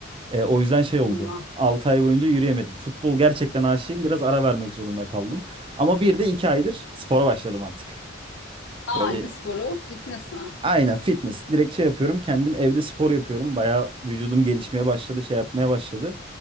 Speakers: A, on the right; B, on the left.
A: E, o yüzden şey oldu.
B: eyvah.
A: 6 ay boyunca yürüyemedim. Futbol gerçekten aşığım. Biraz ara vermek zorunda kaldım. Ama bir de 2 aydır spora başladım artık. Böyle
B: Aa, ne sporu? Fitness mi?
A: aynen fitness. Direkt şey yapıyorum. Kendim evde spor yapıyorum. Bayağı vücudum gelişmeye başladı, şey yapmaya başladı.